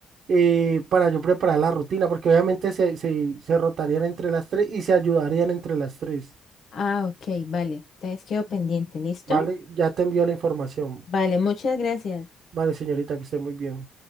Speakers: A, on the right; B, on the left.
A: eh, para yo preparar la rutina, porque obviamente se, se, se rotarían entre las tres y se ayudarían entre las tres.
B: Ah, ok, vale. Entonces quedo pendiente, ¿listo?
A: Vale, ya te envío la información.
B: Vale, muchas gracias.
A: Vale, señorita, que esté muy bien.